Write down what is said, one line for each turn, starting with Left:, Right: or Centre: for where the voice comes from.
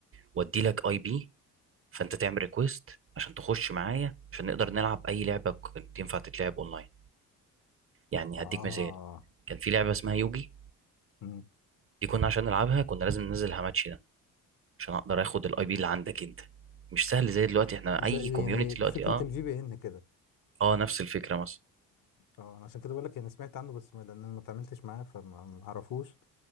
Right: وادي لك اي بي فانت تعمل ريكويست عشان تخش معايا عشان نقدر نلعب اي لعبة كنت ينفع تتلعب اونلاين يعني
Left: اه
Right: هديك مثال كان في لعبة اسمها يوجي
Left: امم
Right: دي كنا عشان نلعبها كنا لازم ننزل هاماتشي ده عشان اقدر اخد الاي بي اللي عندك انت مش سهل زي دلوقتي احنا
Left: زي
Right: اي كوميونتي
Left: يعني
Right: دلوقتي
Left: فكره
Right: اه
Left: الفي بي ان كده
Right: اه نفس الفكره مثلا
Left: اه انا عشان كده بقول لك انا سمعت عنه بس ما- لان انا ما اتعاملتش معاه فما ما اعرفوش